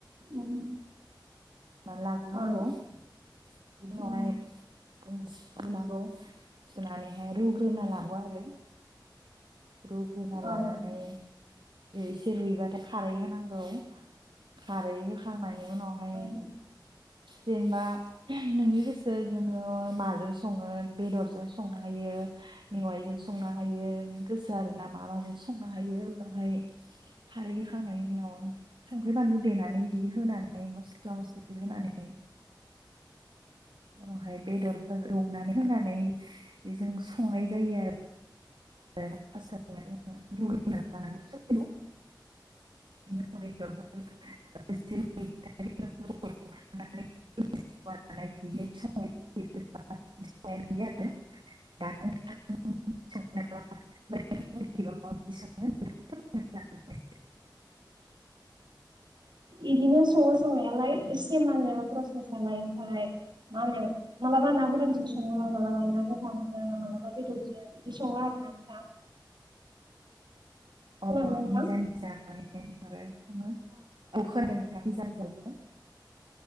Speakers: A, on the right; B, on the right.
A: उम।
B: रुना लाग्रोनांगौ
A: औ
B: बिनि उनावहाय
A: उम
B: जों सुनांगौ सुनानैहाय रुग्रोना लांगौ आरो। रुग्रोना
A: औ
B: लानानै एसे रुइबाथाय खारै होनांगौ खारै हो खांनायनि उनावहाय
A: ओ
B: जेनेबा नोंनि गोसो जोङो माजों सङो बेदरजों संनो हायो। मेवाइजों संनो हायो नोंनि गोसो आरो ना मा माजों स नो हायो उनावहाय खारै होखांनायनि उनाव संख्रि बानलु देनानै दि होनानै मस्ला मस्लि होनानै। उनावहाय बेदरफोर एवनानै होनानै बेजों संनाय जायो आरो। <unintelligible> <unintelligible> <inaudible> <inaudible> <inaudible> <inaudible>
A: इदिनो सङो संनायालाय एसे माने <unintelligible> मा होनो मालाबा ना गोरानजों सङो मालाबा ना गोथांजों मालाबा बेदरजों बे सङो आरो <unintelligible>
B: <inaudible> अ
A: खोनादोंना नोंथां?
B: निजा निजा माबायाव सङो